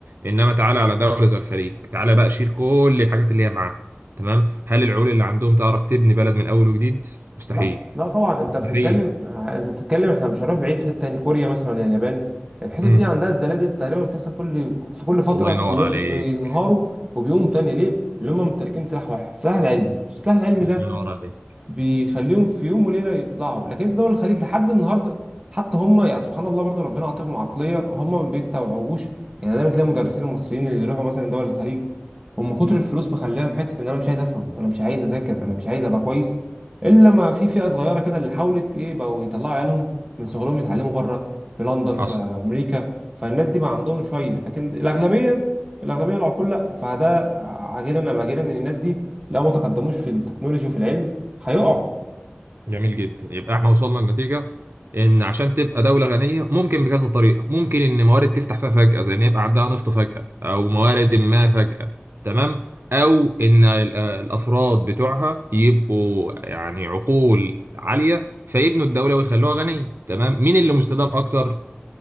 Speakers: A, on the right; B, on the right.
A: إنما تعالى على دولة زي الخليج تعالى بقى شيل كل الحاجات اللي هي معاها تمام هل العقول اللي عندهم تعرف تبني بلد من أول وجديد؟ مستحيل
B: لا لا طبعا انت
A: مستحيل
B: بتتكلم آه، انت بتتكلم احنا مش هنروح بعيد في حته تاني كوريا مثلا ولا اليابان الحتت
A: مم.
B: دي عندها الزلازل تقريبا بتحصل كل في كل فتره
A: الله ينور
B: بي-
A: عليك
B: بينهاروا وبيقوموا تاني ليه؟ اللي هم ممتلكين سلاح واحد سلاح العلم السلاح العلمي
A: الله
B: ده
A: ينور عليك
B: بيخليهم في يوم وليله يطلعوا لكن انت دول الخليج لحد النهارده حتى هم يعني سبحان الله برضو ربنا عاطيهم عقليه هم ما بيستوعبوش يعني دايما تلاقي المدرسين المصريين اللي يروحوا مثلا دول الخليج هم كتر الفلوس مخليهم حته ان انا مش عايز افهم انا مش عايز اذاكر انا مش عايز ابقى كويس الا ما في فئه صغيره كده اللي حاولت ايه بقوا يطلعوا عيالهم من صغرهم يتعلموا بره في لندن
A: حصل
B: في امريكا فالناس دي بقى عندهم شويه لكن الاغلبيه الاغلبيه العقول لا فده عاجلا ام اجلا ان الناس دي لو ما تقدموش في التكنولوجي وفي العلم هيقعوا
A: جميل جدا يبقى احنا وصلنا لنتيجة ان عشان تبقى دولة غنية ممكن بكذا طريقة ممكن ان موارد تفتح فيها فجأة زي ان يبقى عندها نفط فجأة او موارد ما فجأة تمام او ان ال- الافراد بتوعها يبقوا يعني عقول عالية فيبنوا الدولة ويخلوها غنية تمام مين اللي مستدام اكتر